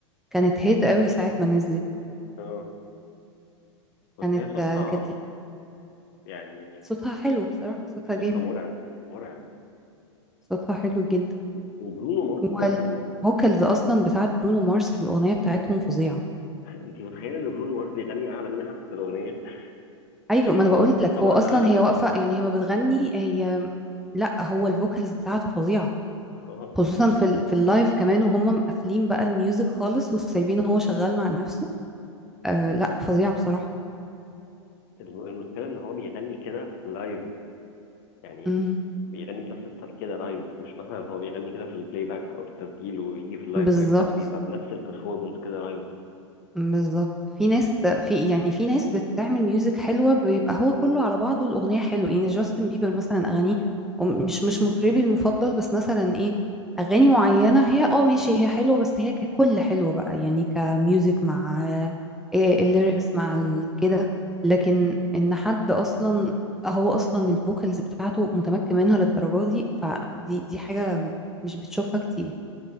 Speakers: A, in the centre; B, on the left.
A: كانت هيت قوي ساعة ما نزلت
B: اه بس
A: كانت
B: هي صوتها
A: آه، كانت
B: يعني
A: صوتها حلو بصراحة صوتها
B: صوتها
A: جامد
B: مرعب مرعب
A: صوتها حلو جدا
B: و- وبرونو مارس
A: والفوكالز
B: برضه
A: أصلا بتاعت برونو مارس في الأغنية بتاعتهم فظيعة
B: <laughs> انت متخيل ان برونو مارس بيغني اعلى منها في الاغنيه
A: أيوة
B: يعني
A: ما
B: هو
A: أنا بقول
B: الطبقه
A: لك هو أصلا
B: اللي اعلى
A: هي
B: منها
A: واقفة يعني هي ما بتغني هي لا هو الفوكالز بتاعته فظيعة
B: <laughs>
A: خصوصا
B: اه
A: في ال... في اللايف كمان وهم مقفلين بقى الميوزك خالص وسايبينه هو شغال مع نفسه آه لا فظيعة بصراحة
B: الم- المشكله ان هو بيغني كده لايف يعني
A: امم
B: بيغني بنفس الطريقه كده لايف مش مثلا هو بيغني كده في البلاي باك او في التسجيل ويجي في اللايف
A: بالظبط
B: لا بيبقى بنفس البرفورمانس كده لايف
A: بالظبط في ناس في يعني في ناس بتعمل ميوزك حلوة بيبقى هو كله على بعضه الأغنية حلوة يعني جاستن بيبر مثلا أغانيه وم- مش مش مطربي المفضل بس مثلا إيه أغاني معينة هي اه ماشي هي حلوة بس هي ككل حلوة بقى يعني كميوزك مع إيه الليركس مع ال- كده لكن إن حد أصلا هو أصلا الفوكالز بتاعته متمكن منها للدرجة دي فدي دي حاجة مش بتشوفها كتير